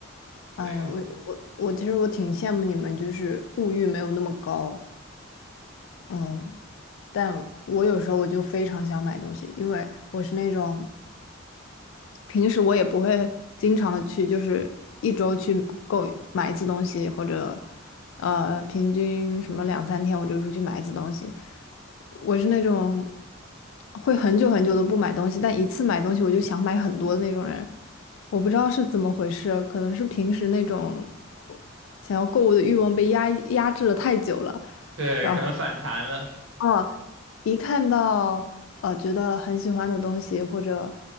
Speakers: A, on the right (about 65°); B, on the left (about 65°).
A: <laughs>
B: 哎呀，
A: 对
B: 我我我其实我挺羡慕你们，就是物欲没有那么高，嗯，但我有时候我就非常想买东西，因为我是那种。平时我也不会经常的去，就是一周去购买一次东西，或者呃平均什么两三天我就出去买一次东西。我是那种会很久很久都不买东西，但一次买东西我就想买很多的那种人。我不知道是怎么回事，可能是平时那种想要购物的欲望被压抑压制了太久了，
A: 对，
B: 然后。
A: 可能反弹了，
B: 嗯，一看到呃觉得很喜欢的东西，或者